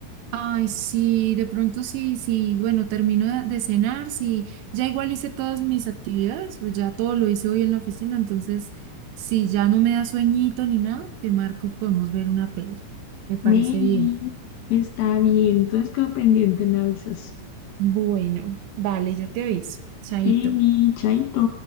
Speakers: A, on the right (about 80°); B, on the left (about 75°).
A: Ay, sí, de pronto sí, sí, bueno, termino de, de cenar, sí, ya igual hice todas mis actividades, pues ya todo lo hice hoy en la oficina, entonces si ya no me da sueñito ni nada, te marco y podemos ver una peli. Me parece
B: Meni,
A: bien.
B: está bien, entonces quedo pendiente, me avisas.
A: Bueno, dale, yo te aviso. Chaito.
B: Meni, chaito.